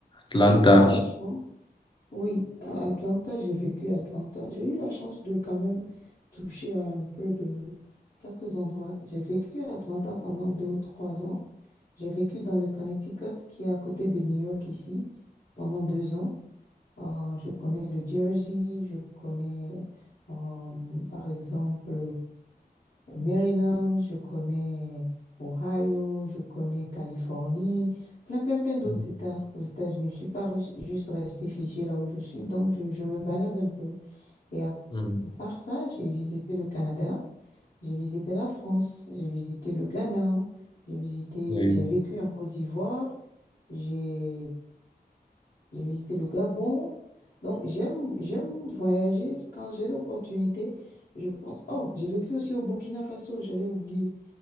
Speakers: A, on the left; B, on the left.
A: Atlanta.
B: J'ai eu la chance, oui, à Atlanta, j'ai vécu à Atlanta. J'ai eu la chance de quand même toucher à un peu de quelques endroits. J'ai vécu à Atlanta pendant deux ou trois ans. J'ai vécu dans le Connecticut, qui est à côté de New York ici, pendant deux ans. Euh, je connais le Jersey, je connais euh, par exemple Maryland, je connais Ohio, je connais Californie, plein, plein, plein d'autres
A: Mhm.
B: États aux États-Unis. Je ne suis pas res- juste restée figée là où je suis, donc je, je me balade un peu. Et à
A: Mhm.
B: part ça, j'ai visité le Canada, j'ai visité la France, j'ai visité le Ghana, j'ai visité,
A: Oui.
B: j'ai vécu en Côte d'Ivoire, j'ai j'ai visité le Gabon. Donc, j'aime, j'aime voyager quand j'ai l'opportunité. Je pense, oh, j'ai vécu aussi au Burkina Faso, j'allais oublier.